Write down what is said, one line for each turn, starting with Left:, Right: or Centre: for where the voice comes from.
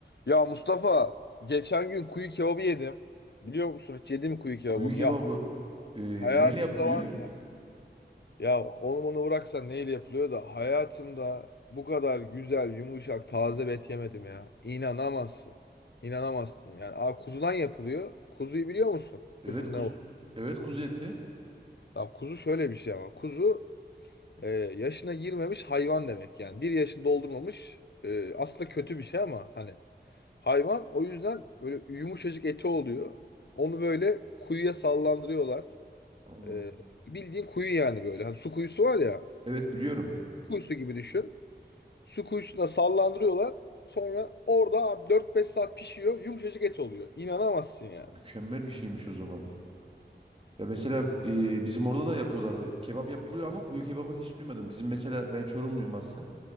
Left: Ya Mustafa, geçen gün kuyu kebabı yedim. Biliyor musun hiç yedim mi kuyu kebabını?
Right: Kuyu kebabı
Left: Ya
Right: e,
Left: hayatımda
Right: neyle yapılıyor?
Left: var ya. Ya onu onu bıraksan neyle yapılıyor da hayatımda bu kadar güzel, yumuşak, taze bir et yemedim ya. İnanamazsın. İnanamazsın. Yani aa, kuzudan yapılıyor. Kuzuyu biliyor musun?
Right: Evet
Left: Kuzun
Right: kuz
Left: ne oldu?
Right: evet kuzu eti.
Left: Ya, kuzu şöyle bir şey ama. Kuzu e, yaşına girmemiş hayvan demek yani. Bir yaşını doldurmamış. e, aslında kötü bir şey ama hani Hayvan o yüzden böyle yumuşacık eti oluyor. Onu böyle kuyuya sallandırıyorlar.
Right: Allah.
Left: Ee, bildiğin kuyu yani böyle. Hani su kuyusu var ya.
Right: Evet biliyorum.
Left: Kuyusu gibi düşün. Su kuyusuna sallandırıyorlar. Sonra orada abi 4-5 saat pişiyor. Yumuşacık et oluyor. İnanamazsın yani.
Right: Mükemmel bir şeymiş o zaman. Ya mesela e, bizim orada da yapıyorlardı. Kebap yapılıyor ama kuyu kebabını hiç duymadım. Bizim mesela ben Çorumluyum aslen.